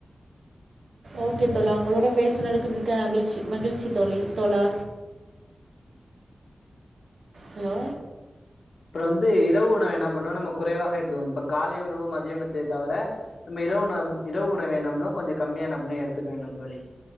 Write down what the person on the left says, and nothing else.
அப்றோ வந்து இரவு உணவு என்ன பண்ணணு நம்ம குறைவாக எடுத்துகனு இப்ப காலை உணவு மதிய உணவு எத் தவர நம்ம இரவு உணவு இரவு உணவு வேணாம்னா கொஞ்சோ கம்மியா எடுத்துக்க வேணு தோழி